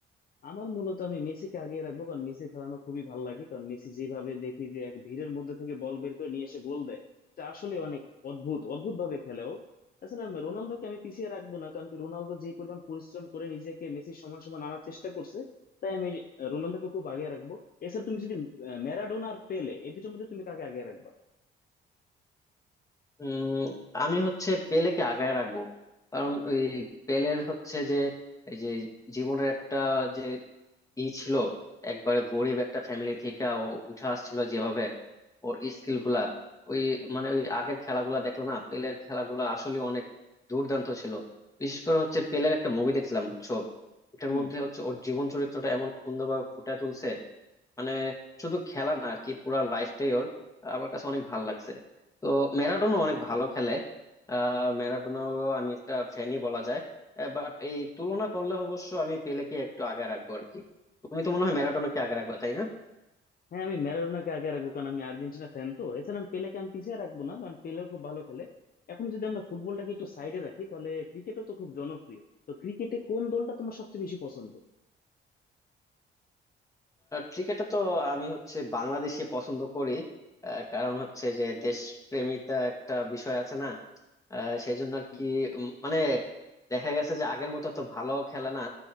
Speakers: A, on the left; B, on the left.
A: আমার মূলত আমি মেসিকে আগিয়ে রাখবো কারণ মেসির খেলা আমার খুবই ভালো লাগে কারণ মেসি যেভাবে দেখি যে এক ভিড়ের মধ্যে থেকে বল বের করে নিয়ে এসে গোল দেয় এটা আসলে অনেক অদ্ভুত অদ্ভুত ভাবে খেলে ও তাছাড়া আমি- রোনালদোকে আমি পিছিয়ে রাখবো না কারণ কি রোনালদো যে পরিমাণ পরিশ্রম করে নিজেকে মেসির সমান সমান আনার চেষ্টা করছে তাই আমি আহ, রোনালদোকে খুব আগে রাখবো এছাড়া তুমি যদি আহ, ম্যারাডোনা আর পেলে এই দুটোর মধ্যে তুমি কাকে আগে রাখবা
B: উম আমি হচ্ছে পেলেকে আগায় রাখবো কারণ ওই পেলের হচ্ছে যে এই যে জীবনের একটা যে ই ছিল একবারে গরিব একটা ফ্যামিলি থেকে ও উঠে আসছিল যেভাবে ওর স্কিল গুলা ওই মানে ওই আগের খেলাগুলা দেখলো না পেলের খেলাগুলা আসলে অনেক দুর্দান্ত ছিল বিশেষ করে হচ্ছে পেলের একটা মুভি দেখছিলাম বুঝছো ওটার
A: হুম
B: মধ্যে হচ্ছে ওর জীবন চরিত্রটা এমন সুন্দরভাবে ফুটিয়ে তুলছে মানে শুধু খেলা না আর কি পুরা লাইফটাই ওর আহ, আমার কাছে অনেক ভালো লাগছে তো ম্যারাডোনা অনেক ভালো খেলে আহ ম্যারাডোনাও আমি একটা ফ্যানই বলা যায় বাট এই তুলনা করলে অবশ্য আমি পেলেকে একটু আগে রাখবো আর কি তুমি তো মনে হয় ম্যারাডোনাকে আগে রাখবা তাই না
A: হ্যাঁ আমি ম্যারাডোনাকে আগে রাখবো কারণ আমি আর্জেন্টিনা ফ্যান তো এছাড়া আমি পেলেকে আমি পিছিয়ে রাখবো না কারণ পেলেও খুব ভালো খেলে এখন যদি আমরা ফুটবলটাকে একটু সাইডে রাখি তাহলে ক্রিকেটও তো খুব জনপ্রিয় তো ক্রিকেটে কোন দলটা তোমার সবচেয়ে বেশি পছন্দ
B: ক্রিকেটে তো আমি হচ্ছে বাংলাদেশি পছন্দ করি আহ, কারণ হচ্ছে যে দেশপ্রেমিতা একটা বিষয় আছে না আহ, সেই জন্য আর
A: হুম।
B: কি উম, মানে দেখা গেছে যে আগের মতো তো ভালো খেলে না